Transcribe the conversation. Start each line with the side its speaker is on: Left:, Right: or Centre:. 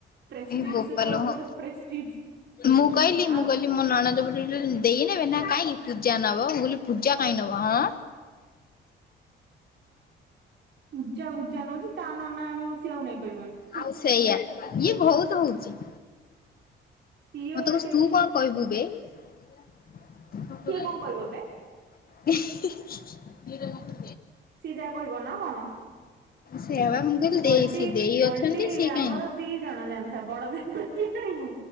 Right: ପ୍ରେଷ୍ଟିଜ
Left: ଏ ବୋପାଲୋ
Right: ସେତେବେଳକୁ ଗୋଟେ
Left: ହଁ
Right: ପ୍ରେଷ୍ଟିଜ
Left: ମୁଁ କହଲି
Right: ଆଉ
Left: ମୁଁ କହିଲି ମୋ ନଣଦପୁଟୁଳି ଦେଇନେବେ ନା କାଇଁକି ପୂଜା ନବ ମୁଁ କହିଲି ପୂଜା କାଇଁ ନବ ଆଁ
Right: ପୂଜା ଗୁଜା ନୋଉଛି ତା ନନା ଆଣିବ ସିଏ ଆଉ ନେଇ ପାରିବନି।
Left: ଆଉ ସେଇଆ ଇଏ ବହୁତ ହୋଉଛି।
Right: ସିଏ
Left: ମତେ
Right: ଓଲଟି
Left: କହୁଛି ତୁ କଣ କହିବୁ ବେ। ହିଁ
Right: ସିଏ କଣ କହିବ
Left: ହିଁ
Right: ବେ
Left: ହିଁ।
Right: ସିଏ ଯାହା କହିବ ନା କଣ?
Left: ସେଇୟାପା ମୁଁ କହିଲି ଦେଇ
Right: ଓଲ୍‌ଟି
Left: ସିଏ ଦେଇ ଅଛନ୍ତି
Right: ଓଲ୍‌ଟି
Left: ସିଏ
Right: ଆମର
Left: କାହିଁ ନେବେ।
Right: ଦି ଜଣ ଜାଣିଥା ବଡ ଦେଈ ବେଟୀ ଆଣିବୁ